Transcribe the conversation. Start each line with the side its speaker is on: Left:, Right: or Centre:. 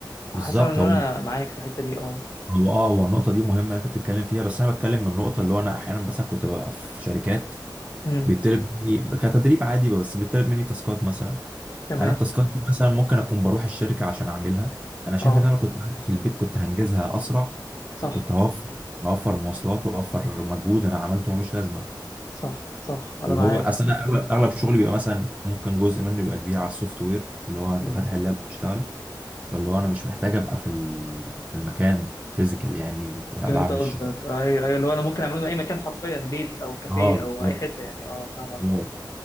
Right: بالظبط
Left: حاسس ان
Right: هو
Left: انا معاك في الحته دي اه
Right: هو اه هو النقطه دي مهمه اللي انت بتتكلم فيها بس انا بتكلم من النقطه اللي هو انا احيانا مثلا كنت ببقى في شركات
Left: امم
Right: بيطلب مني كتدريب عادي بس بيطلب مني تاسكات مثلا
Left: تمام
Right: انا التاسكات دي مثلا ممكن اكون بروح الشركه عشان اعملها انا شايف
Left: اه
Right: ان انا لو كنت قعدت في البيت كنت هنجزها اسرع
Left: صح
Right: وكنت هوفر هوفر مواصلات واوفر مجهود انا عملته ملوش لازمه
Left: صح صح انا
Right: اللي
Left: معاك
Right: هو اصل انا اغلب اغلب شغلي بيبقى مثلا ممكن جزء منه يبقى كبير على السوفت وير اللي هو انت
Left: مم.
Right: فاتح اللاب واشتغل فاللي هو انا مش محتاج ابقى في ال- في المكان فيزيكال يعني وبعمل
Left: فهمت قصدك
Right: الشغل
Left: ايوه ايوه اللي هو انا ممكن اعمله من اي مكان حرفيا بيت او كافيه
Right: اه بالظبط
Left: او اي حته يعني اه فاهمك
Right: آه.
Left: اه